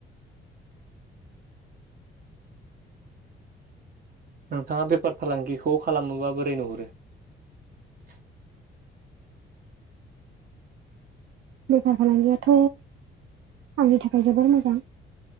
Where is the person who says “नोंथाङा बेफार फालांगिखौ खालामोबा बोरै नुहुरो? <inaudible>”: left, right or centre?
Right